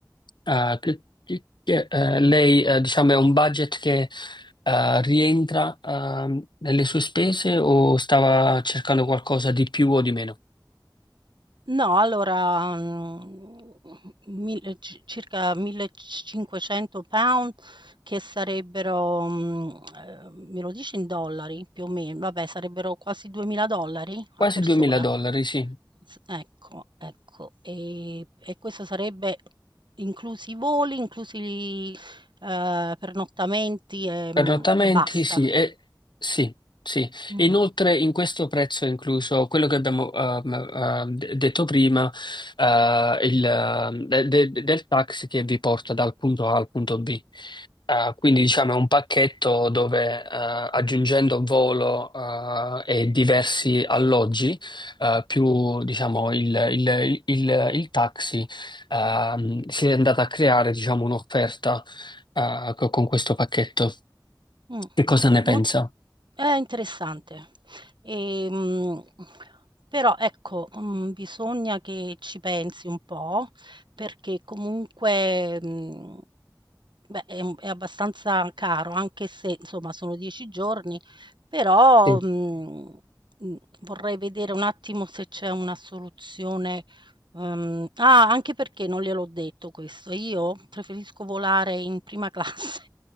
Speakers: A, on the left; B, on the right.
A: Ah, che- che- che, eh, lei, eh, diciamo, è un budget che eh, rientra ehm, nelle sue spese o stava cercando qualcosa di più o di meno?
B: No, allora, mhmm, mil ci circa 1.500 £, che sarebbero, mhmm, ehm, me lo dici in dollari? Più o men vabbè, sarebbero quasi 2.000 $
A: Quasi
B: a persona.
A: 2000 dollari, sì.
B: S ecco, ecco. E e questo sarebbe inclusi i voli, inclusi, ehm, pernottamenti, ehm,
A: Pernottamenti,
B: e basta.
A: sì, e, sì, sì.
B: Mh.
A: E Inoltre in questo prezzo è incluso quello che abbiamo ehm, ehm, de- detto prima, eh, il, ehm, de- de- del taxi che vi porta dal punto A al punto B. Eh, quindi diciamo è un pacchetto dove eh, aggiungendo volo eh, e diversi alloggi, eh, più diciamo il, il- il- il taxi, ehm, si è andata a creare diciamo un'offerta eh, co- con questo pacchetto.
B: Mh.
A: Che cosa ne
B: È
A: pensa?
B: mol è interessante. Ehm, però ecco, mhmm, bisogna che ci pensi un po', perché comunque, mhmm, beh, è un è abbastanza caro, anche se insomma sono 10 giorni, però,
A: Sì.
B: mhmm, mhmm, vorrei vedere un attimo se c'è una soluzione, uhm ah, anche perché non gliel'ho detto questo, io preferisco volare in prima <laughs> classe.